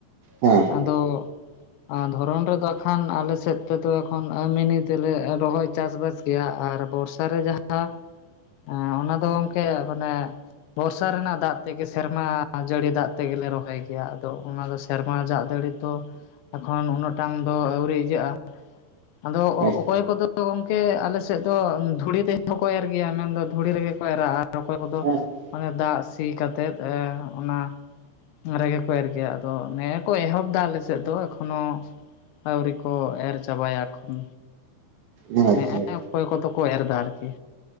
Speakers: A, on the right; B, on the left.
A: ᱦᱮᱸ
B: ᱟᱫᱚ ᱟᱨ ᱫᱷᱚᱨᱚᱢ ᱨᱮᱫᱚ ᱟᱠᱷᱟᱱ ᱟᱞᱮ ᱥᱮᱫ ᱛᱮᱫᱚ ᱮᱠᱷᱚᱱ ᱢᱤᱱᱤ ᱛᱮᱞᱮ ᱨᱚᱦᱚᱭ ᱪᱟᱥᱵᱟᱥ ᱜᱮᱭᱟ ᱟᱨ ᱵᱚᱨᱥᱟ ᱨᱮ ᱡᱟᱦᱟᱸ ᱚᱱᱟ ᱫᱚ ᱜᱚᱝᱠᱮ ᱢᱟᱱᱮ ᱵᱚᱨᱥᱟ ᱨᱮᱱᱟᱜ ᱫᱟᱜ ᱛᱮᱜᱮ ᱥᱮᱨᱢᱟ ᱡᱟᱹᱲᱤ ᱫᱟᱜ ᱛᱮᱜᱮᱞᱮ ᱨᱚᱦᱚᱭ ᱜᱮᱭᱟ ᱟᱫᱚ ᱚᱱᱟ ᱫᱚ <unintelligible> ᱱᱚᱣᱟ ᱡᱟᱜ ᱫᱟᱹᱲᱤ ᱠᱚ ᱮᱠᱷᱚᱱ ᱩᱱᱟᱹᱜ ᱴᱟᱝ ᱫᱚ ᱟᱹᱣᱨᱤ ᱤᱭᱟᱹᱜᱼᱟ ᱟᱫᱚ
A: ᱦᱮᱸ
B: ᱚ ᱚᱠᱚᱭ ᱠᱚᱫᱚ ᱫᱚ ᱜᱚᱢᱠᱮ ᱟᱞᱮ ᱥᱮᱫ ᱫᱚ ᱫᱷᱩᱲᱤ ᱛᱮ ᱦᱚᱸᱠᱚ ᱮᱨ ᱜᱮᱭᱟ ᱢᱮᱱᱫᱚ ᱫᱷᱩᱲᱤ ᱨᱮᱜᱮ ᱠᱚ ᱮᱨᱟ ᱟᱨ ᱚᱠᱚᱭ ᱠᱚᱫᱚ
A: ᱦᱮᱸ
B: ᱢᱟᱱᱮ ᱫᱟᱜ ᱥᱤ ᱠᱟᱛᱮᱫ ᱚᱱᱟ ᱨᱮᱜᱮᱠᱚ ᱮᱨ ᱜᱮᱭᱟ ᱟᱫᱚ ᱱᱮ ᱠᱚ ᱮᱦᱚᱵ ᱮᱫᱟ ᱟᱞᱮ ᱥᱮᱫ ᱫᱚ ᱮᱠᱷᱚᱱᱳ ᱟᱹᱣᱨᱤ ᱠᱚ ᱮᱨ ᱪᱟᱵᱟᱭ-ᱟ ᱮᱠᱷᱚᱱ᱾
A: ᱟᱪᱪᱷᱟ
B: ᱱᱮᱜᱼᱮ
A: ᱟᱪᱪᱷᱟ
B: ᱚᱠᱚᱭ ᱠᱚᱫᱚ ᱠᱚ ᱮᱨ ᱮᱫᱟ ᱟᱨᱠᱤ